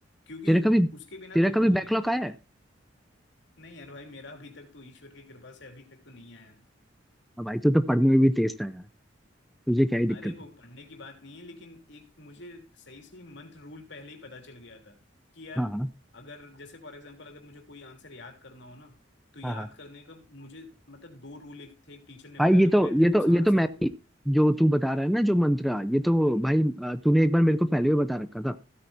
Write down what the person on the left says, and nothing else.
क्योंकि
उसके बिना
तो
होगा
ही नहीं
नहीं यार भाई मेरा अभी तक तो ईश्वर की कृपा से अभी तक तो नहीं आया
अरे वो
पढ़ने की बात नहीं है लेकिन एक मुझे सही सही मंत्र रूल पहले ही पता चल गया था कि यार
अगर जैसे फॉर एग्जांपल अगर मुझे कोई आंसर याद करना हो ना तो याद
करने का मुझे मतलब दो रूल एक थे एक टीचर ने
बताया
था वो
कहते
हैं
कि उस आंसर
को
हम्म,